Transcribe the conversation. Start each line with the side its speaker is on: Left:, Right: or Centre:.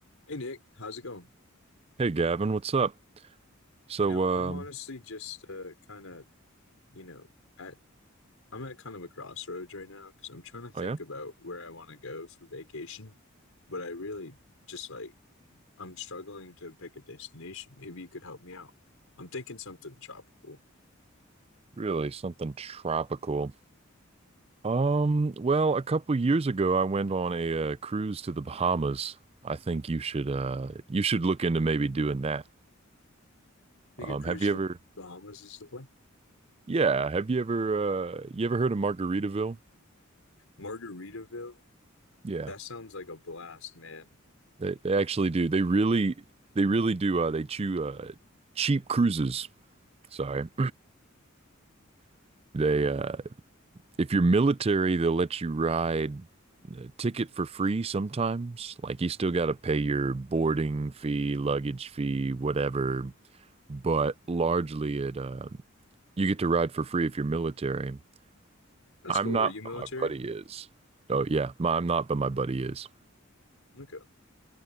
Left: Hey Nick, how's it going?
Right: Hey Gavin, what's up? So,
Left: You know,
Right: um,
Left: I'm honestly just uh, kind of, you know, at I'm at kind of a crossroads right now because I'm trying to think
Right: oh yeah,
Left: about where I want to go for vacation, but I really just like I'm struggling to pick a destination. Maybe you could help me out. I'm thinking something tropical.
Right: really something tropical. Um, well, a couple years ago, I went on a uh, cruise to the Bahamas. I think you should, uh, you should look into maybe doing that.
Left: I
Right: Um,
Left: think a cruise
Right: have you
Left: to
Right: ever?
Left: the Bahamas is the plan.
Right: Yeah, have you ever, uh, you ever heard of Margaritaville?
Left: Margaritaville,
Right: Yeah,
Left: that sounds like a blast, man.
Right: they they actually do. They really, they really do. Uh, they chew uh, cheap cruises. Sorry, <clears throat> they uh, If you're military, they'll let you ride a ticket for free sometimes. Like you still got to pay your boarding fee, luggage fee, whatever. But largely, it uh, you get to ride for free if you're military.
Left: That's
Right: I'm
Left: cool.
Right: not,
Left: Are you military?
Right: but my buddy is. Oh yeah, my, I'm not, but my buddy is.
Left: Okay.